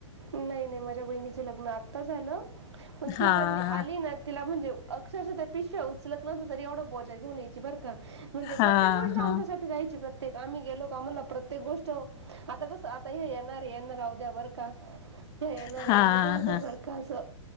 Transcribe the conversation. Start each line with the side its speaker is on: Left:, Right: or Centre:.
Right: नही नही माझ्या बहिणीच लग्न आता झालं, पण
Left: हां,
Right: ती पण
Left: हां.
Right: आली ना तिला म्हणजे अक शरशा त्यां पिशव्या उचलत नव्हतं तरी एवढं बो जा घेऊन यायची बर का म्हणजे प्रत्येक
Left: हां,
Right: गोष्ट
Left: हां.
Right: आमच्यासाठी रहायची प्र तेचं आम्हीं गेलो कां आम्हांला प्रत्येक गोष्ट आंता कसं आंता हे येणारं येणारं अवद्या बरं का? येणारं
Left: हां,
Right: येणारं राहूंद्या
Left: हां.
Right: बरं कां असं.